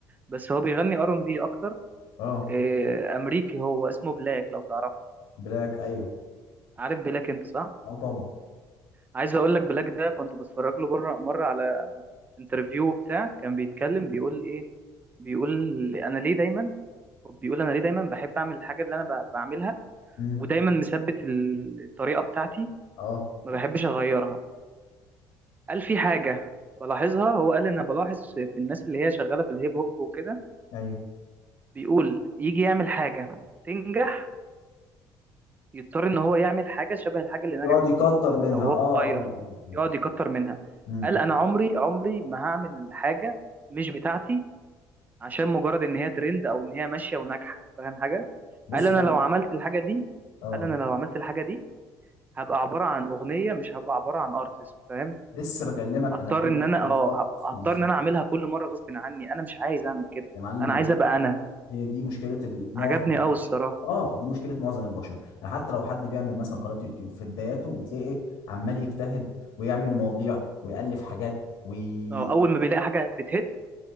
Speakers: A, on the right (about 20°); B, on the left (about 75°).
A: بس هو بيغني ار ان بي اكتر
B: اه
A: اه، امريكي هو اسمه بلاك لو تعرفه
B: بلاك ايوه
A: عارف بلاك انت صح
B: اه طبعا
A: عايز اقول لك بلاك ده كنت بتفرج له بره مرة على انترفيو بتاع كان بيتكلم بيقول ايه بيقول انا ليه دايما بيقول انا ليه دايما بحب اعمل الحاجة اللي انا ب- بعملها
B: امم
A: ودايما مثبت ال- الطريقه بتاعتي
B: اه
A: ما بحبش اغيرها قال في حاجه بلاحظها هو قال ان أنا بلاحظ في الناس اللي هي شغاله في الهيب هوب وكده
B: ايوه
A: بيقول يجي يعمل حاجه تنجح يضطر ان هو يعمل حاجه شبه الحاجه اللي نجحت
B: يقعد يكتر
A: دي
B: منها
A: او
B: اه
A: هو مغير
B: اه
A: يقعد
B: آه.
A: يكتر منها
B: امم
A: قال انا عمري عمري ما هعمل حاجه مش بتاعتي عشان مجرد ان هي ترند او ان هي ماشيه وناجحه فاهم حاجه
B: بص
A: قال انا
B: ده
A: لو عملت الحاجه دي
B: اه
A: قال انا لو عملت الحاجه دي هبقى عباره عن اغنيه مش هبقى عباره عن ارتست فاهم
B: لسه بكلمك
A: هضطر
B: انا انت
A: ان انا
B: بالظبط
A: اه هبقى- هضطر
B: بالظبط
A: ان انا اعملها كل مره غصب عني انا مش عايز اعمل كده
B: يا معلم
A: انا عايز
B: بص
A: ابقى انا
B: هي دي مشكله ال- معظم
A: عجبني
B: البشر
A: قوي الصراحه
B: اه دي مشكله معظم البشر يعني حتى لو حد بيعمل مثلا قناه يوتيوب في بداياته بتلاقي عمال يجتهد ويعمل مواضيع ويالف حاجات ويلاقي
A: اه اول ما بيلاقي حاجه بتهت